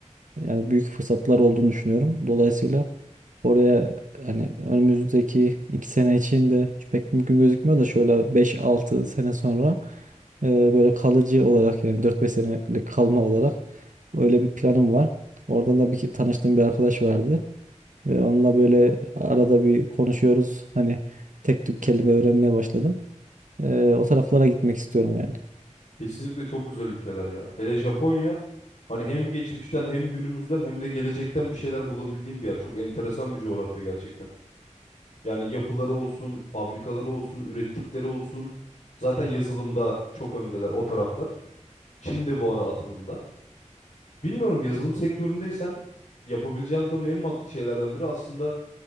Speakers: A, on the right; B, on the left.
A: yani büyük fırsatlar olduğunu düşünüyorum. Dolayısıyla oraya hani önümüzdeki iki sene için de hiç pek mümkün gözükmüyor da şöyle beş altı sene sonra e, böyle kalıcı olarak yani dört beş senelik kalma olarak öyle bir planım var. Oradan da bir ki- tanıştığım bir arkadaş vardı. Ve onunla böyle arada bir konuşuyoruz. Hani tek tük kelime öğrenmeye başladım. Ee, o taraflara gitmek istiyorum yani.
B: Kesinlikle çok güzel ülkeler ya. Hele Japonya hani hem geçmişten hem günümüzden hem de gelecekten bir şeyler bulabildiğim bir yer. Çok enteresan bir coğrafya gerçekten. Yani yapıları olsun, fabrikaları olsun, ürettikleri olsun. Zaten yazılımda çok öndeler o taraflar. Çin de bu ara atılımda. Bilmiyorum yazılım sektöründeysen yapabileceğin tabii en mantıklı şeylerden biri aslında